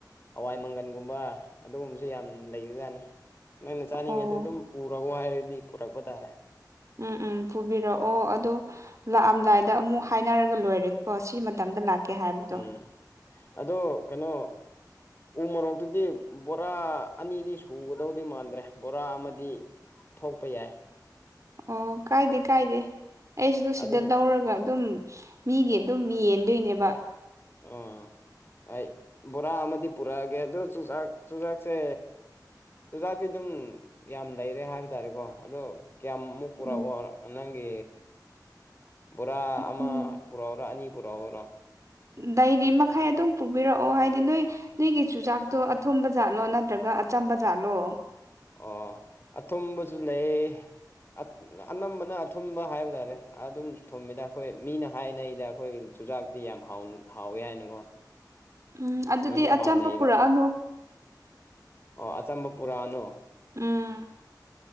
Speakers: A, on the left; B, on the right.
A: ꯍꯋꯥꯏ ꯃꯪꯒꯟꯒꯨꯝꯕ ꯑꯗꯨꯒꯨꯝꯕꯁꯨ ꯌꯥꯝ ꯂꯩꯕꯖꯥꯅꯤ ꯅꯪꯅ ꯆꯥꯅꯤꯡꯉꯗꯤ
B: ꯑꯣ
A: ꯑꯗꯨꯝ ꯄꯨꯔꯑꯣ ꯍꯥꯏꯔꯗꯤ ꯄꯨꯔꯛꯄ ꯇꯥꯔꯦ
B: ꯎꯝ ꯎꯝ ꯄꯨꯕꯤꯔꯛꯑꯣ ꯑꯗꯣ ꯂꯥꯛꯑꯝꯗꯥꯏꯗ ꯑꯃꯨꯛ ꯍꯥꯏꯅꯔꯒ ꯂꯣꯏꯔꯦ ꯑꯣ ꯁꯤ ꯃꯇꯝꯗ ꯂꯥꯛꯀꯦ ꯍꯥꯏꯕꯗꯣ
A: ꯎꯝ ꯑꯗꯣ ꯀꯩꯅꯣ ꯎ ꯃꯣꯔꯣꯛꯇꯨꯗꯤ ꯕꯣꯔꯥ ꯑꯅꯤꯗꯤ ꯁꯨꯒꯗꯧꯗꯤ ꯃꯥꯟꯗ꯭ꯔꯦ ꯕꯣꯔꯥ ꯑꯃꯗꯤ ꯊꯣꯛꯄ ꯌꯥꯏ
B: ꯑꯣ ꯀꯥꯏꯗꯦ ꯀꯥꯏꯗꯦ ꯑꯩꯖꯨ ꯁꯤꯗ
A: ꯑꯗꯨꯒ
B: ꯂꯧꯔꯒ ꯑꯗꯨꯝ ꯃꯤꯒꯤ ꯑꯗꯨꯝ ꯌꯦꯟꯗꯣꯏꯅꯦꯕ
A: ꯑꯥ ꯑꯩ ꯕꯣꯔꯥ ꯑꯃꯗꯤ ꯄꯨꯔꯛꯑꯒꯦ ꯑꯗꯨ ꯆꯨꯖꯥꯛ ꯆꯨꯖꯥꯛꯁꯦ ꯆꯨꯖꯥꯛꯇꯤ ꯑꯗꯨꯝ ꯌꯥꯝ ꯂꯩꯔꯦ ꯍꯥꯏꯕ ꯇꯥꯔꯦꯀꯣ ꯑꯗꯣ ꯀꯌꯥꯃꯨꯛ ꯄꯨꯔꯛꯑꯣ
B: ꯎꯝ
A: ꯅꯪꯒꯤ ꯕꯣꯔꯥ ꯑꯃ
B: ꯎꯝ
A: ꯄꯨꯔꯛꯎꯔꯣ ꯑꯅꯤ ꯄꯨꯔꯛꯎꯔꯣ
B: ꯗꯩꯔꯤ ꯃꯈꯩ ꯑꯗꯨꯝ ꯄꯨꯕꯤꯔꯛꯑꯣ ꯍꯥꯏꯗꯤ ꯅꯣꯏ ꯅꯣꯏꯒꯤ ꯆꯨꯖꯥꯛꯇꯣ ꯑꯊꯨꯝꯕ ꯖꯥꯠꯂꯣ ꯅꯠꯇ꯭ꯔꯒ ꯑꯆꯝꯕ ꯖꯥꯠꯂꯣ
A: ꯑꯣ ꯑꯊꯨꯝꯕꯁꯨ ꯂꯩ <inaudible> ꯑꯅꯝꯕꯅ ꯑꯊꯨꯝꯕ ꯍꯥꯏꯕ ꯇꯥꯔꯦ ꯑꯗꯨꯝ ꯊꯨꯝꯃꯤꯗ ꯑꯩꯈꯣꯏ ꯃꯤꯅ ꯍꯥꯏꯅꯩꯗ ꯑꯩꯈꯣꯏꯒꯤꯗꯤ ꯆꯨꯖꯥꯛ ꯇꯤ ꯌꯥꯝ ꯍꯥꯎꯋꯦ ꯍꯥꯏꯅꯀꯣ
B: ꯎꯝ ꯑꯗꯨꯗꯤ
A: ꯃꯤꯅ ꯄꯥꯝꯅꯩꯕ
B: ꯑꯆꯝꯕ ꯄꯨꯔꯛꯑꯅꯨ
A: ꯑꯣ ꯑꯆꯝꯕ ꯄꯨꯔꯥꯅꯣ
B: ꯎꯝ